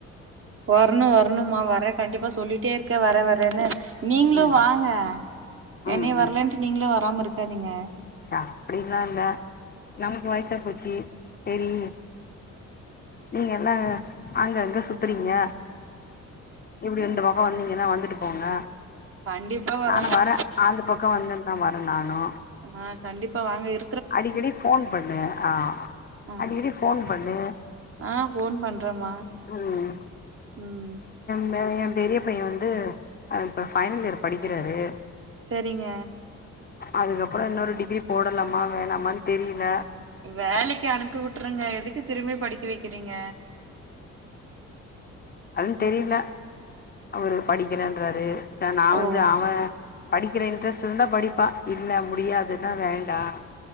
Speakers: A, on the right (about 45°); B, on the left (about 30°).
A: வரணும் வரணும்மா வரேன் கண்டிப்பா சொல்லிட்டே இருக்கேன் வரேன் வரேன்னு நீங்களும்
B: ம்
A: வாங்க
B: ம்
A: என்னையும் வரலன்ட்டு நீங்களும் வராம இருக்க ப்ப நீங்க
B: அப்டில்லாம் இல்ல நமக்கு வயசா போச்சு செரி நீங்க எல்லாம் அங்கங்க சுத்துரிங்க எப்டி இந்த பக்கம் வந்தீங்கன்னா வந்துட்டு போங்க
A: கண்டிப்பா வரேம்மா
B: நானும் வரேன் ஆந்த பக்கம் வந்துருந்தான் வரேன் நானு
A: ஆ கண்டிப்பா வாங்க ப்ப
B: அடிக்கடி போன் பண்ணு ஆ
A: ஆ
B: அடிக்கடி போன் பண்ணு
A: ஆ ஃபோன் பண்றேம்மா
B: ம்
A: ம்
B: <inaudible> பெரிய பையன் வந்து இப்ப ஃபைனல் இயர் படிக்கிறாரு
A: சேரிங்க
B: அதுக்கப்பறம் இன்னொரு டிகிரி போடலாமா வேணாமானு தெரியல
A: வேலக்கு அனுப்பி விட்டுருங்க எதுக்கு திரும்பி படிக்க வைக்க ருக்கிறீங்க
B: அது தெரியல அவரு படிக்கிறேன்றாரு நான
A: ஓ
B: வந்து அவன் படிக்கிற இன்ட்ரெஸ்ட் இருந்தா படி ப்பா இல்ல முடியாதுன்னா வேண்டாம்